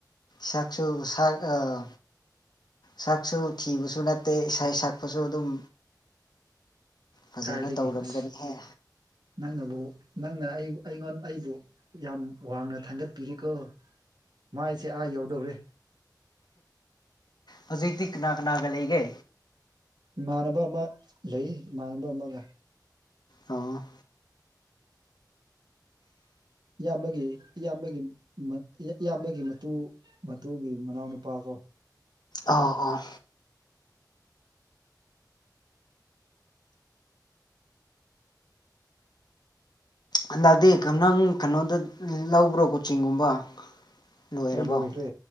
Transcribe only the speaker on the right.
ꯀꯗꯥꯏꯒꯤ
ꯑꯁ ꯅꯪꯅꯕꯨ ꯅꯪꯅ ꯑꯩ ꯑꯩꯉꯣꯟ ꯑꯩꯕꯨ ꯌꯥꯝ ꯋꯥꯡꯅ ꯊꯥꯡꯒꯠꯄꯤꯔꯤꯀꯣ ꯃꯥꯏꯁꯦ ꯑꯥ ꯌꯧꯗꯧꯔꯦ
ꯏꯃꯥꯟꯅꯕ ꯑꯃ ꯂꯩ ꯏꯃꯥꯟꯅꯕ ꯑꯃꯒ
ꯏꯌꯥꯝꯕꯒꯤ ꯏꯌꯥꯝꯕꯒꯤ ꯃꯠ ꯏꯌꯥꯝꯕꯒꯤ ꯃꯇꯨ ꯃꯇꯨꯒꯤ ꯃꯅꯥꯎꯅꯨꯄꯥ ꯀꯣ
ꯑꯩ ꯂꯣꯏꯈ꯭ꯔꯦ